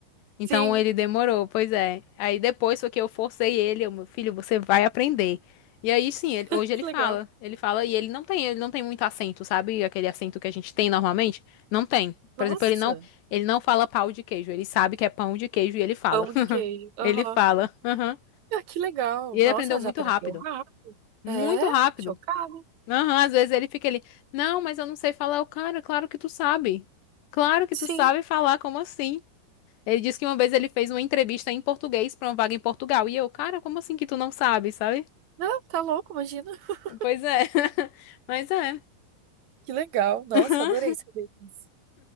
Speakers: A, on the left (about 80°); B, on the right (about 50°).
A: Então
B: Sim.
A: ele demorou, pois é. Aí depois foi que eu forcei ele, eu, meu filho, você vai aprender. E aí sim, ele-
B: <laughs>
A: hoje ele
B: Que
A: fala.
B: legal.
A: Ele fala e ele não tem, ele não tem muito acento, sabe? Aquele acento que a gente tem normalmente. Não tem. Por
B: Nossa.
A: exemplo, ele não, ele não fala pau de queijo. Ele sabe que é pão de queijo e ele fala.
B: Pão
A: <laughs>
B: de queijo. Aham.
A: Ele fala. Aham.
B: Ah, que legal.
A: E ele
B: Nossa,
A: aprendeu
B: mas
A: muito
B: aprendeu
A: rápido.
B: rápido.
A: Muito
B: É,
A: rápido.
B: chocada.
A: Aham, às vezes ele fica ali, não, mas eu não sei falar. O cara, claro que tu sabe. Claro que
B: Sim.
A: tu sabe falar, como assim? Ele disse que uma vez ele fez uma entrevista em português pra uma vaga em Portugal. E eu, cara, como assim que tu não sabe, sabe?
B: Não, tá louco, imagina. <laughs>
A: Pois é. <laughs> Mas é.
B: Que legal. Nossa,
A: <laughs>
B: adorei saber disso.